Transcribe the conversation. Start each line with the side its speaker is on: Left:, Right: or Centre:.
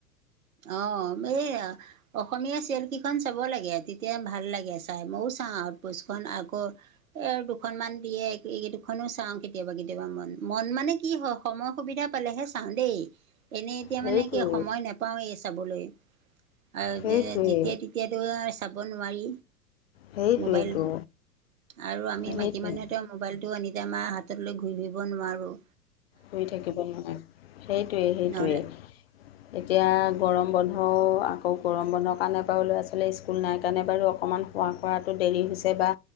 Right: অঁ! এইয়া অসমীয়া চিৰিল কেইখন চাব লাগে তেতিয়া ভাল লাগে চাই মইয়ও চাওঁ আট পোচখন আকৌ এ দুখনমান দিয়ে এইকেই দুখনো চাওঁ কেতিয়াবা কেতিয়াবা মন মন মানে কি হয় সময় সুবিধা পলহে চাওঁ দেই। এনেই এতিয়া
Left: সেইটোৱে
Right: মানে কি সময় নাপাওঁৱেই চাবলৈ আৰু
Left: সেইটোৱে
Right: যেতিয়া তেতিয়া এতিয়াতো আও চাব নোৱাৰি।
Left: সেইটোৱেইটো।
Right: মোবাইল আৰু আমি
Left: সেইটোৱে
Right: মাইকী মানুহতে মোবাইলতটো আনি আমাৰ হাতত লৈ ঘূৰি ফূৰিব নোৱাৰো।
Left: শুই থাকিব নোৱাৰে, সেইটোৱে সেইটোৱেই।
Right: নহ'লে
Left: এতিয়া গৰম বন্ধ আকৌ গৰম বন্ধৰ কাৰণে বাৰু ল'ৰা ছোৱালী স্কুল নাই কাৰণে বাৰু অকণমান শুৱা খোৱাটো কৰাটো দেৰি হৈছে বা